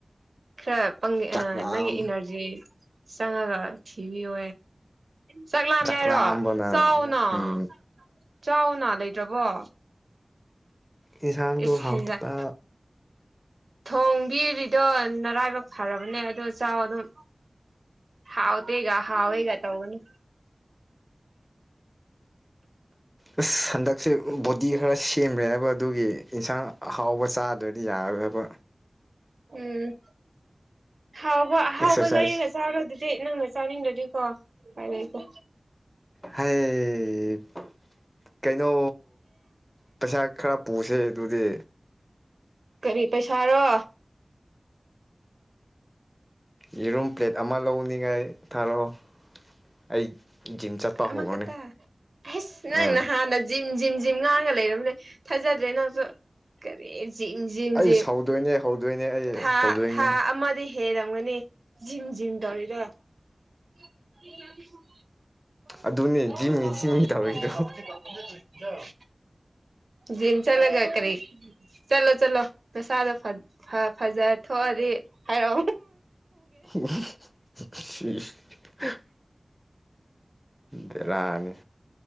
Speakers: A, on the right; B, in the centre.
A: ꯈꯔ
B: ꯆꯥꯛꯂꯥꯝ
A: ꯅꯪꯒꯤ ꯏꯅꯔꯖꯤ ꯆꯪꯉꯒ ꯊꯤꯕꯤꯌꯣ ꯆ ꯌꯥꯔ
B: ꯆꯥꯛꯂꯥꯝꯕꯅ
A: ꯆꯥꯎꯅ
B: ꯎꯝ
A: ꯆꯥꯎꯅ ꯂꯩꯇ꯭ꯔꯕꯣ
B: ꯌꯦꯟꯁꯥꯡꯗꯨꯣ
A: ꯏꯁ
B: ꯍꯥꯎꯇꯄ
A: ꯍꯦꯟꯖꯥꯡ ꯊꯣꯡꯕꯤꯔꯤꯗꯣ ꯅꯔꯥꯏꯕ ꯐꯔꯕꯅꯦ ꯑꯗꯣ ꯆꯥꯎ ꯑꯗꯨꯝ ꯍꯥꯎ ꯇ ꯍꯒ ꯍꯥꯎꯑꯣ ꯍꯦꯒ ꯇꯧꯕꯅ
B: ꯑꯁ ꯍꯟꯗꯛꯁꯦ ꯕꯣꯗꯤ ꯈꯔ ꯁꯦ ꯁꯦꯝꯈ꯭ꯔꯦꯕ ꯑꯗꯨꯒꯤ ꯏꯟꯁꯥꯡ ꯑꯍꯥꯎꯕ ꯆꯥꯗ꯭ꯔꯗꯤ ꯌꯥꯔꯔꯣꯏꯕ
A: ꯎꯝ ꯍꯥꯎꯕ ꯒꯍꯥꯎꯕ
B: ꯑꯦꯛꯁꯔꯁꯥꯏꯁ
A: ꯂꯩꯔ ꯆꯔꯥꯗꯤ ꯗꯤ ꯅꯪꯅ ꯆꯥꯅꯤꯡꯗ꯭ꯔꯗꯤꯀꯣ ꯎꯄꯥꯏ ꯂꯩꯇꯦ
B: ꯍꯥꯏꯌꯦ ꯀꯩꯅꯣ ꯄꯩꯁꯥ ꯈꯔ ꯄꯨꯁꯦ ꯑꯗꯨꯗꯤ
A: ꯀꯔꯤ ꯄꯩꯁꯥꯔꯣ
B: ꯌꯦꯔꯨꯝ ꯄ꯭ꯂꯦꯠ ꯑꯃ ꯂꯧꯅꯤꯉꯥꯏ ꯊꯥꯔꯛꯑꯣ ꯑꯩ ꯖꯤꯝ ꯆꯠꯄ
A: ꯑꯃ
B: ꯍꯧꯔꯅꯤ
A: ꯈꯇꯥ ꯑꯩꯁ ꯅꯪ
B: ꯑꯥ
A: ꯅꯍꯥꯟꯅ ꯖꯤꯝ ꯖꯤꯝ ꯖꯤꯝ ꯉꯥꯡꯒ ꯂꯩꯔꯝꯅꯦ ꯊꯥꯖꯗ꯭ꯔꯦ ꯅꯪꯁꯨ ꯀꯔꯤ ꯖꯤꯝ ꯖꯤꯝ
B: ꯑꯩ
A: ꯖꯤꯝ
B: ꯍꯧꯗꯣꯏꯅꯦ ꯍꯧꯗꯣꯏꯅꯦ ꯑꯩ
A: ꯊꯥ
B: ꯍꯧꯗꯣꯏꯅꯦ
A: ꯊꯥ ꯑꯃꯗꯤ ꯍꯦꯜꯂꯝꯒꯅꯤ ꯖꯤꯝ ꯖꯤꯝ ꯇꯧꯔꯤꯗꯣ ꯑꯟꯏꯟꯇꯦꯜꯂꯤꯖꯦꯕꯜ
B: ꯑꯗꯨꯅꯦ ꯖꯤꯝꯃꯤ ꯖꯤꯝꯃꯤ ꯇꯧꯔꯤꯗꯣ
A: ꯑꯟꯏꯟꯇꯦꯜꯂꯤꯖꯦꯕꯜ ꯖꯤꯝ ꯆꯠꯂꯒ ꯀꯔꯤ ꯆꯠꯂꯣ ꯆꯠꯂꯣ ꯅꯁꯥꯗꯣ ꯐ ꯐ ꯐꯖ ꯊꯣꯛꯑꯗꯤ ꯍꯥꯏꯔꯣ
B: ꯑꯟꯏꯟꯇꯦꯜꯂꯤꯖꯦꯕꯜ ꯕꯦꯔꯥꯅꯤ